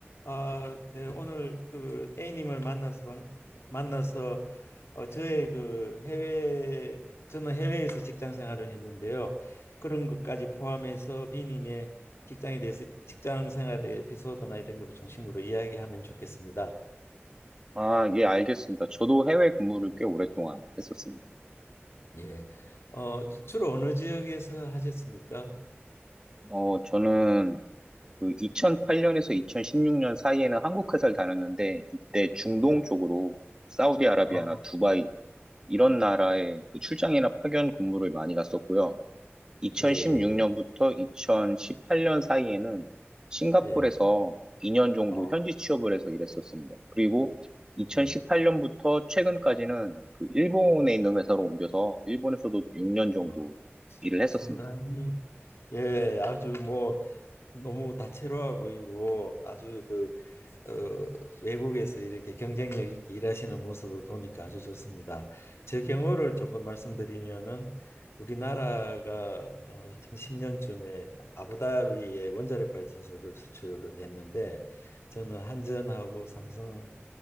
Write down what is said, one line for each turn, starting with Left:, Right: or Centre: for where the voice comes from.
Left: 아, 네, 오늘 그 A님을 만나서 방- 만나서 어, 저의 그 해외 저는 해외에서 직장 생활을 했는데요. 그런 것까지 포함해서 B님의 직장에 대해서 직장 생활의 에피소드나 이런 걸 중심으로 이야기하면 좋겠습니다.
Right: 아, 예, 알겠습니다. 저도 해외 근무를 꽤 오랫동안 했었습니다.
Left: 예. 어, 주로 어느 지역에서 하셨습니까?
Right: 어, 저는 그 2008년에서 2016년 사이에는 한국 회사를 다녔는데, 이때 중동
Left: 네.
Right: 쪽으로 사우디아라비아나
Left: 아,
Right: 두바이, 이런 나라에 그 출장이나 파견 근무를 많이 갔었고요. 2016년부터
Left: 예, 예,
Right: 2018년 사이에는 싱가포르에서
Left: 예. 예.
Right: 2년 정도
Left: 어,
Right: 현지 취업을 해서 일했었습니다. 그리고 2018년부터
Left: 예.
Right: 최근까지는 그 일본에 있는 회사로 옮겨서 일본에서도 6년 정도
Left: 어,
Right: 일을 했었습니다.
Left: 상당히 예, 아주 뭐 너무 다채로워 보이고 아주 그 어, 외국에서 이렇게 경쟁력 있게 일하시는 모습을 보니까 아주 좋습니다. 제 경우를 조금 말씀드리면은 우리나라가 어, 2010년쯤에 아부다비에 원자력 발전소를 수출을 했는데 저는 한전하고 삼성,